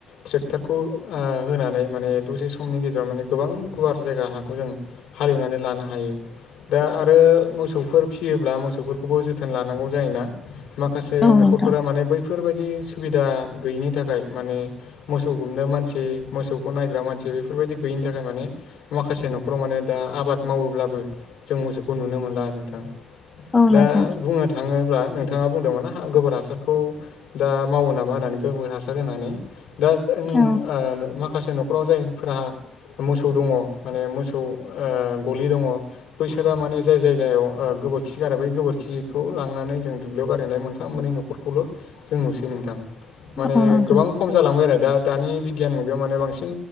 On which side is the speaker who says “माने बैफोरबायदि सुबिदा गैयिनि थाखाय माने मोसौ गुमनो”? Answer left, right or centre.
Left